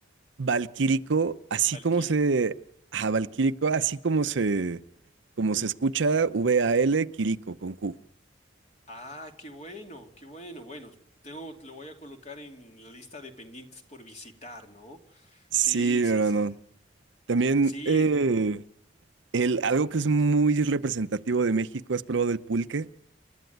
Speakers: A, on the right; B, on the left.
A: Valquírico, así
B: Valquírico.
A: como se... Ajá, Valquírico, así como se... Como se escucha, V-A-L, Quirico, con Q.
B: Ah, qué bueno, qué bueno. Bueno, tengo, lo voy a colocar en la lista de pendientes por visitar, ¿no?
A: Sí,
B: Sí,
A: hermano.
B: sí, sí.
A: También...
B: sí.
A: eh, El, algo que es muy representativo de México, ¿has probado el pulque?